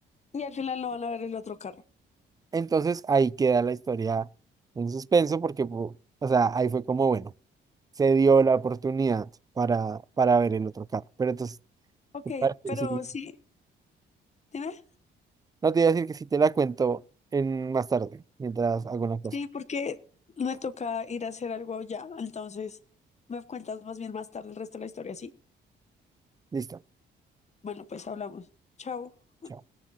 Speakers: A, on the left; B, on the right.
A: Y al final no van a ver el otro carro.
B: Entonces ahí queda la historia en suspenso porque, pu- o sea, ahí fue como, bueno, se dio la oportunidad para, para ver el otro carro. Pero entonces,
A: Ok,
B: ¿te parece
A: pero
B: si-
A: sí, dime.
B: No te voy a decir que si te la cuento en más tarde, mientras hago una cosa.
A: Sí, porque me toca ir a hacer algo ya, entonces me cuentas más bien más tarde el resto de la historia, sí.
B: Listo.
A: Bueno, pues hablamos. Chao.
B: chao.